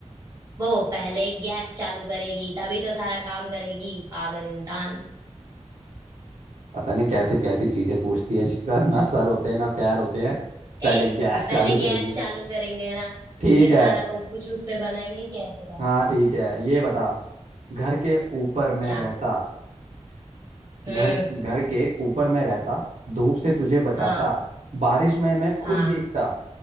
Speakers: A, on the right; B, on the right.
A: वो पहले गैस चालू करेगी तभी तो सारा काम करेगी पागल इंसान
B: पता नहीं कैसे कैसी चीजें पूछती है जिसका ना सर होते हैं ना पैर होते हैं पहले
A: ए
B: गैस चालू
A: पहले
B: करेगी
A: गैस चालू करेंगे ना
B: ठीक
A: फिर
B: है
A: खाना ओ, कुछ उस पे बनाएंगे कैसे बन
B: हाँ ठीक है ये बता घर के ऊपर मैं
A: क्या
B: रहता
A: हम्म
B: घर घर के ऊपर मैं रहता धूप से तुझे बचाता
A: हाँ
B: बारिश में मैं खुद
A: हाँ
B: भीगता